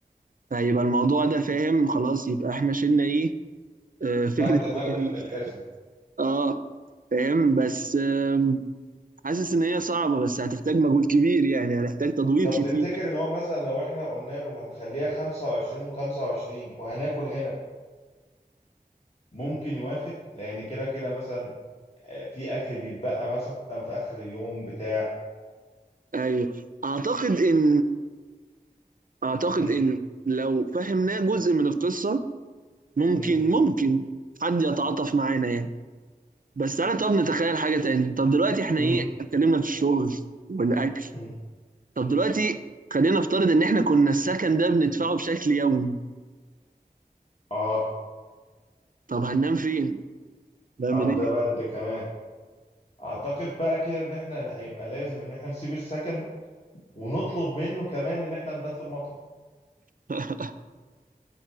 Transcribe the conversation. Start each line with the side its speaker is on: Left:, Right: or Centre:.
Right: فيبقى الموضوع ده فاهم خلاص يبقى احنا شلنا ايه آه،
Left: بند
Right: فكرة
Left: الاكل
Right: <laughs>
Left: من الحزمة
Right: اه فاهم بس آم، حاسس ان هي صعبة بس هتحتاج مجهود كبير يعني هنحتاج تدوير
Left: طب
Right: كتير
Left: تفتكر ان هو مثلا لو احنا قلنا له هنخليها 25 و25 وهناكل هنا ممكن يوافق لان كده كده مثلا آه، في اكل بيتبقى مثلا في اخر اليوم بتاع
Right: ايوه اعتقد ان أعتقد
Left: امم
Right: إن لو فهمناه جزء من القصة ممكن
Left: امم
Right: ممكن حد يتعاطف معانا يعني بس أنا طب نتخيل حاجة تاني طب دلوقتي إحنا
Left: امم
Right: إيه اتكلمنا في الشغل والأكل
Left: امم
Right: طب دلوقتي خلينا نفترض إن إحنا كنا السكن ده بندفعه بشكل يومي
Left: اه
Right: طب هننام فين؟ نعمل
Left: او
Right: إيه؟
Left: ده بند كمان اعتقد بقى كده ان احنا لا هيبقى لازم ان احنا نسيب السكن ونطلب منه كمان ان احنا نبات في المطعم
Right: <laughs>